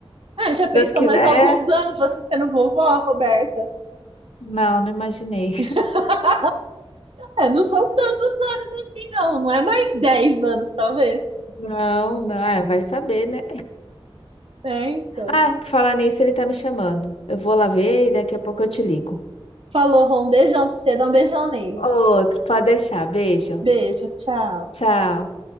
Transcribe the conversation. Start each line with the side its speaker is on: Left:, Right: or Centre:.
Right: Ah, já
Left: Se
Right: pensou
Left: Deus quiser,
Right: mais alguns anos você sendo vovó, Roberta?
Left: não, não imaginei.
Right: <laughs> É, não são tantos anos assim, não. Não é mais 10 anos, talvez.
Left: Não, não, é, vai saber, né?
Right: É, então.
Left: Ah, por falar nisso, ele tá me chamando. Eu vou lá ver e daqui a pouco eu te ligo.
Right: Falou, Rô. Um beijão pra você. Dá um beijão nele.
Left: Outro, pode deixar. Beijo.
Right: Beijo, tchau.
Left: Tchau.